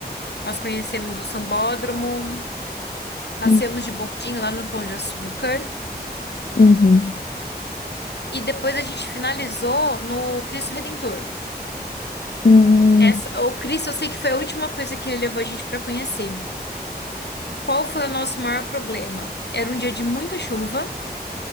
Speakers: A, on the left (about 85°); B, on the left (about 55°).
A: Nós conhecemos o Sambódromo, passeamos
B: Hum,
A: de bondinho lá no Pão de Açúcar
B: Uhum.
A: e depois a gente finalizou no Cristo Redentor.
B: Hum,
A: Essa, o Cristo, eu sei que foi a última coisa que ele levou a gente para conhecer. Qual foi o nosso maior problema? Era um dia de muita chuva